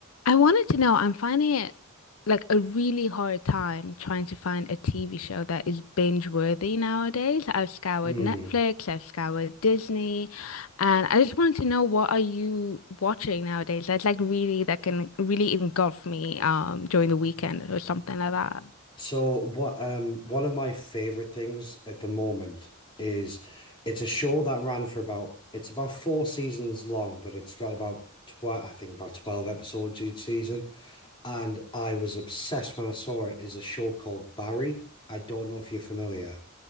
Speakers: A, on the left; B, on the left.
A: I wanted to know, I'm finding it like a really hard time trying to find a TV show that is binge worthy nowadays. I've scoured
B: Mm.
A: Netflix, I've scoured Disney, and I just wanted to know what are you watching nowadays that's like really that can really engulf me um during the weekend or something like that.
B: So what um one of my favorite things at the moment is it's a show that ran for about it's about four seasons long, but it's got about twelve. I think about 12 episodes each season. And I was obsessed when I saw it is a show called Barry. I don't know if you're familiar.